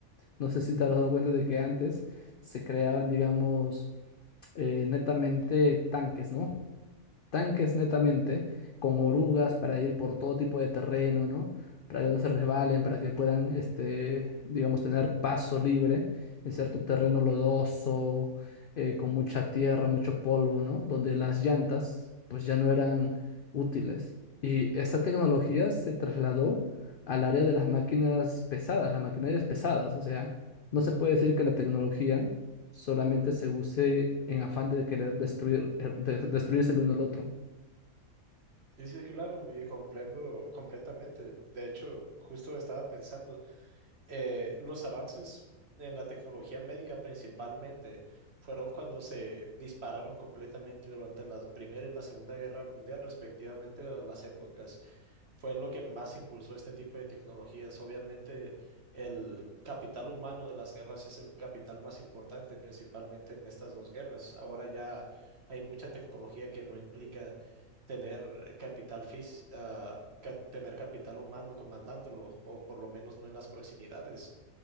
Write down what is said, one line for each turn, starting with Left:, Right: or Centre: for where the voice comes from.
Left: No sé si te has dado cuenta de que antes se creaban, digamos, eh, netamente tanques, ¿no? tanques netamente, con orugas para ir por todo tipo de terreno, ¿no? Para que no se resbalen, para que puedan, este, digamos, tener paso libre en cierto terreno lodoso, eh, con mucha tierra, mucho polvo, ¿no? Donde las llantas, pues ya no eran útiles. Y esa tecnología se trasladó al área de las máquinas pesadas, las maquinarias pesadas, o sea, no se puede decir que la tecnología solamente se use en afán de querer destruir, eh, de- destruirse el uno al otro.
Right: Sí, sí, claro, y comprendo completamente. De hecho, justo estaba pensando. eh, los avances en la tecnología médica principalmente fueron cuando se dispararon completamente durante la Primera y la Segunda Guerra Mundial, respectivamente, a las épocas. Fue lo que más impulsó este tipo de tecnologías. Obviamente, el capital humano de las guerras es el capital más importante, principalmente en estas dos guerras. Ahora ya hay mucha tecnología que no implica tener capital fis- ah, ca- tener capital humano comandándolo, o por lo menos no en las proximidades.